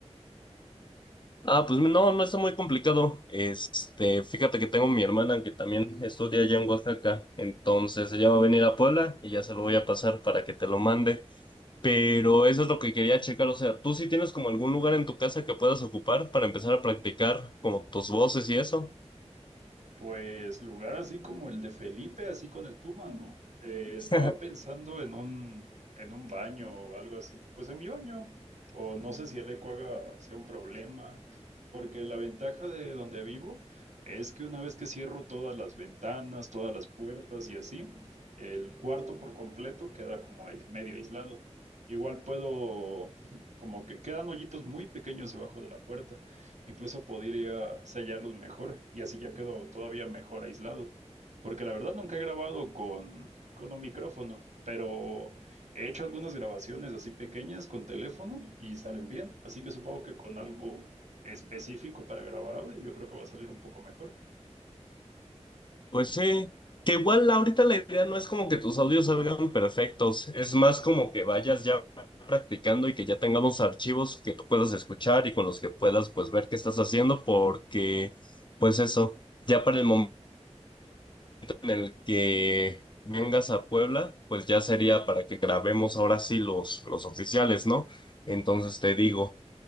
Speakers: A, on the left; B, on the right.
A: Ah, pues no, no está muy complicado. Este, fíjate que tengo mi hermana que también estudia allá en Oaxaca, entonces ella va a venir a Puebla y ya se lo voy a pasar para que te lo mande. Pero eso es lo que quería checar, o sea, ¿tú sí tienes como algún lugar en tu casa que puedas ocupar para empezar a practicar como tus voces y eso?
B: Pues lugar así como el de Felipe, así con espuma, no. Eh, estaba
A: <laughs>
B: pensando en un, en un baño o algo así. Pues en mi baño. O no sé si el eco haga, sea un problema. Porque la ventaja de donde vivo es que una vez que cierro todas las ventanas, todas las puertas y así, el cuarto por completo queda como ahí medio aislado. Igual puedo, como que quedan hoyitos muy pequeños debajo de la puerta. Incluso podría sellarlos mejor y así ya quedo todavía mejor aislado. Porque la verdad nunca he grabado con, con un micrófono, pero he hecho algunas grabaciones así pequeñas con teléfono y salen bien. Así que supongo que con algo específico para grabar audio yo creo que va a salir un poco mejor.
A: Pues sí, que igual ahorita la idea no es como que tus audios salgan perfectos, es más como que vayas ya practicando y que ya tengamos archivos que tú puedas escuchar y con los que puedas pues ver qué estás haciendo porque pues eso, ya para el momento en el que vengas a Puebla, pues ya sería para que grabemos ahora sí los, los oficiales, ¿no? Entonces te digo.